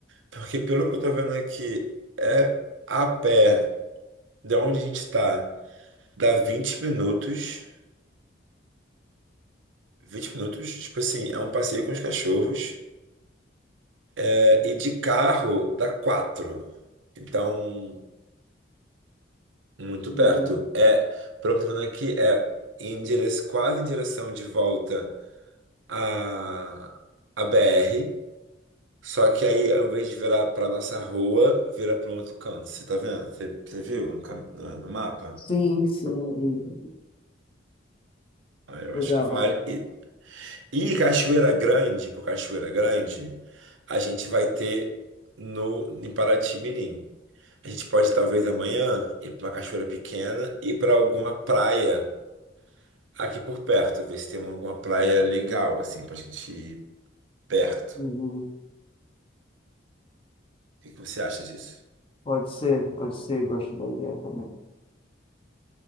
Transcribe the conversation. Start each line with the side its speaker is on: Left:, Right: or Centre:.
Right: Porque pelo que eu tô vendo aqui, é a pé de onde a gente tá, dá 20 minutos. vinte minutos, tipo assim, é um passeio com os cachorros. É, E de carro dá quatro. Então, muito
Left: Uhum.
Right: perto. É, pelo que eu tô vendo aqui, é em dire... quase em direção de volta à, à BR. Só que aí, ao invés de virar para nossa rua, vira para um outro canto. Você tá vendo? Você, você viu no, cam- no, no mapa?
Left: Sim, sim,
Right: Ah, Eu
Left: legal.
Right: acho que vale. E, e Cachoeira Grande, por Cachoeira Grande, a gente vai ter no, em Paraty Mirim. A gente pode talvez amanhã ir para uma cachoeira pequena e para alguma praia aqui por perto, ver se tem alguma praia legal assim pra gente ir perto.
Left: Uhum.
Right: O que que você acha disso?
Left: Pode ser, pode ser, gosto da ideia também.